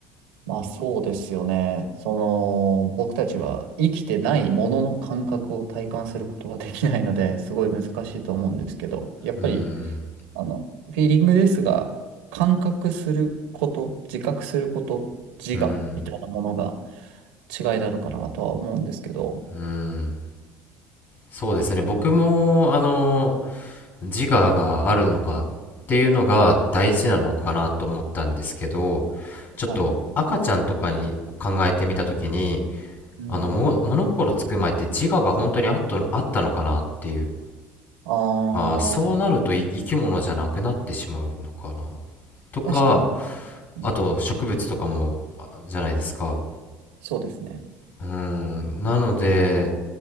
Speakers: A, on the right (about 85°); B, on the left (about 50°).
A: まあそうですよね。その、僕たちは生きてないものの感覚を体感することはできないので、すごい難しいと思うんですけど、やっぱり、
B: うーん、
A: あの、フィーリングですが、感覚すること、自覚すること、自我みたいなものが
B: うーん、
A: 違いなのかなとは思うんですけど、
B: うーん。そうですね、僕も、あの、自我があるのかっていうのが大事なのかなと思ったんですけどちょっと赤ちゃんとかに考えてみた時に
A: はい。うんうん。
B: あのも物心つく前って自我が本当にあっとあったのかなっていう
A: あ
B: あーそうなるとい生き物じゃなくなってしまうのかな
A: あ、
B: とか
A: 確かに。うん
B: あと植物とかもあじゃないですか
A: そうですね。
B: うーんなので